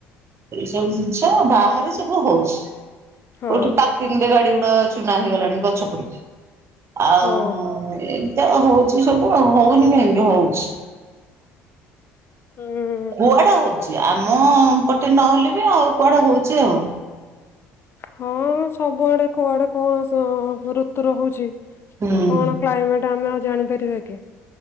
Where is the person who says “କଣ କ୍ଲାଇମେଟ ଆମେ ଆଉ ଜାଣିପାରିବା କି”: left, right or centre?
Left